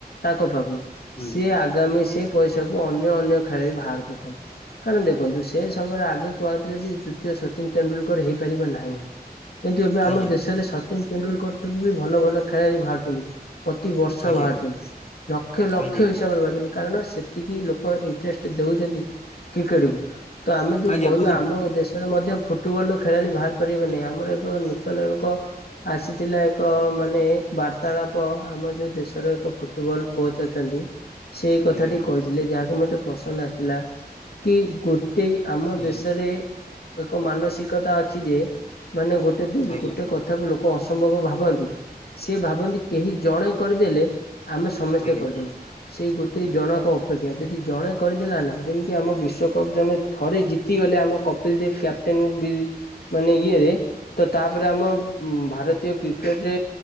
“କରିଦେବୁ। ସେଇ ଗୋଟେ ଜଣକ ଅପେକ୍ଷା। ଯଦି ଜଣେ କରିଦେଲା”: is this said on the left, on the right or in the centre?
Left